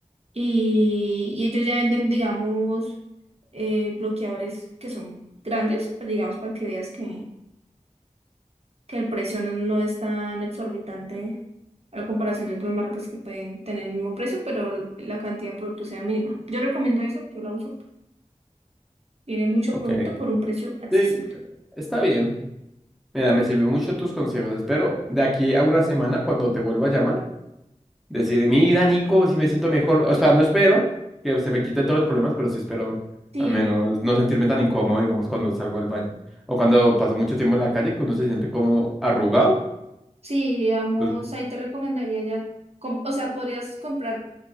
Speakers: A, on the right; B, in the centre.
A: Y, y ellos ya venden, digamos, eh, bloqueadores que son grandes, pues, digamos, para que veas que, que el precio no, no es tan exorbitante a la comparación de otras marcas que pueden tener el mismo precio, pero l- la cantidad de producto sea mínima. Yo recomiendo esa, yo la uso. Tiene mucho
B: ok.
A: producto por un precio accesible.
B: Sí, está bien. Mira, me sirvió mucho tus consejos. Espero de aquí a una semana cuando te vuelva a llamar, decir, mira, Nico, si me siento mejor. O sea, no espero que se me quiten todos los problemas, pero sí espero
A: Sí,
B: al menos no sentirme tan incómodo, digamos, cuando salgo del baño. O cuando paso mucho tiempo en la calle, que uno se siente como arrugado.
A: sí, digamos,
B: Entonces,
A: ahí te recomendaría ya, com- o sea, podrías comprar.